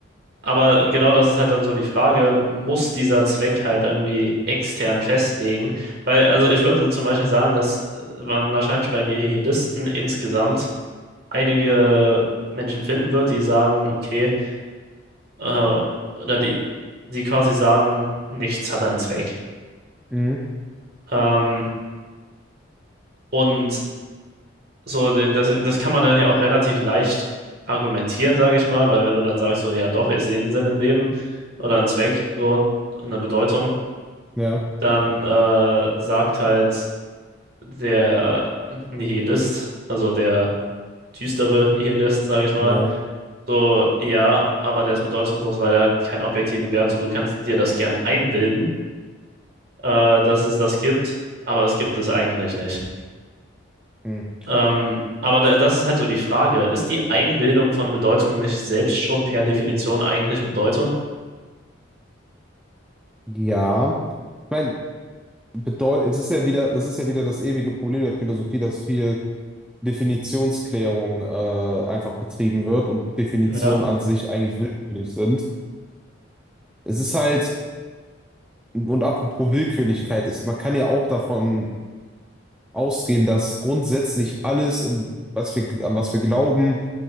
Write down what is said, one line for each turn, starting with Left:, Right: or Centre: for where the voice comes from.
Right: Aber genau das ist halt dann so die Frage, muss dieser Zweck halt irgendwie extern festlegen? Weil, also ich würde zum Beispiel sagen, dass äh, man wahrscheinlich bei Nihilisten insgesamt einige Menschen finden wird, die sagen, okay, äh, oder die, die quasi sagen, nichts hat einen Zweck.
Centre: mhm.
Right: Ähm, und so, d- das, das kann man dann ja auch relativ leicht argumentieren, sage ich mal, weil wenn du dann sagst, so, ja doch, ich sehe einen Sinn im Leben oder einen Zweck, so eine Bedeutung,
Centre: Ja,
Right: dann äh, sagt halt der Nihilist, also der düstere Nihilist, sage ich mal,
Centre: ja,
Right: So, ja, aber der ist bedeutungslos, weil er hat keinen objektiven Wert. So, du kannst dir das gern einbilden, äh, dass es das gibt, aber es gibt es eigentlich nicht.
Centre: mhm.
Right: Ähm, aber da, das ist halt so die Frage. Ist die Einbildung von Bedeutung nicht selbst schon per Definition eigentlich Bedeutung?
Centre: Ja. Ich meine, bedeu- es ist ja wieder, das ist ja wieder das ewige Problem der Philosophie, dass viel Definitionsklärung äh, einfach betrieben wird und Definitionen
Right: Ja,
Centre: an sich eigentlich willkürlich sind. Es ist halt, und apropos Willkürlichkeit ist, man kann ja auch davon ausgehen, dass grundsätzlich alles, ähm, was wir, an was wir glauben,